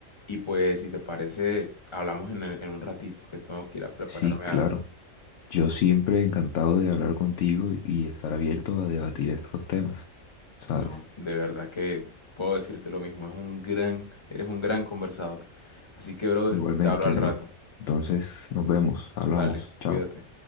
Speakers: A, on the left (about 25°); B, on the left (about 70°).
A: Y pues, si te parece, hablamos en, el- en un ratito, que tengo que ir a prepararme
B: Sí,
A: algo.
B: claro. Yo siempre encantado de hablar contigo y estar abierto a debatir estos temas, ¿sabes?
A: No, de verdad que puedo decirte lo mismo, es un gran, eres un gran conversador. Así que, brother,
B: Igualmente,
A: te hablo al
B: David.
A: rato.
B: Entonces, nos vemos, hablamos,
A: Dale, cuídate.
B: chao.